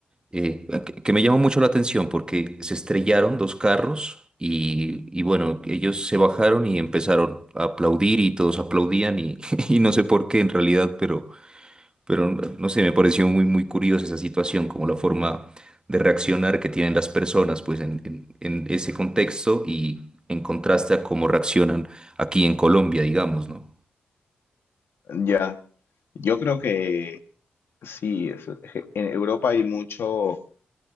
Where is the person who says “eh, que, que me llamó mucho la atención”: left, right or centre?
Right